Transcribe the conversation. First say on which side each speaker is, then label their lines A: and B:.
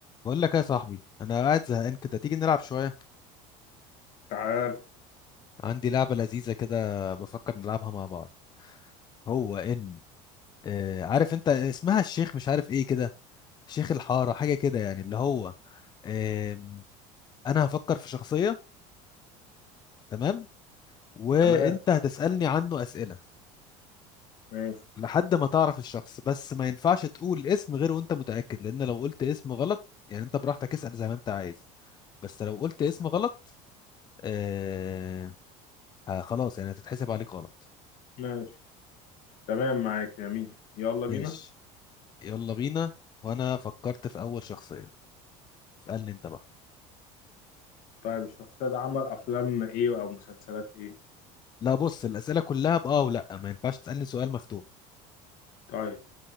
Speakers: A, on the left; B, on the left.
A: بقول لك ايه يا صاحبي انا قاعد زهقان كده تيجي نلعب شويه
B: تعال
A: عندي لعبه لذيذه كده بفكر نلعبها مع بعض هو ان آه عارف انت اسمها الشيخ مش عارف ايه كده شيخ الحاره حاجه كده يعني اللي هو آه انا هفكر في شخصيه تمام وانت
B: تمام
A: هتسالني عنه اسئله
B: ماشي
A: لحد ما تعرف الشخص بس ما ينفعش تقول اسم غير وانت متاكد لان لو قلت اسم غلط يعني انت براحتك اسال زي ما انت عايز بس لو قلت اسم غلط آه آه، خلاص يعني هتتحسب عليك غلط
B: ماشي تمام معاك يا مين يلا بينا
A: ماشي يلا بينا وانا فكرت في اول شخصية اسألني انت بقى
B: طيب الشخصية ده عمل أفلام إيه أو مسلسلات إيه
A: لا بص الأسئلة كلها بآه ولا ما ينفعش تسألني سؤال مفتوح
B: طيب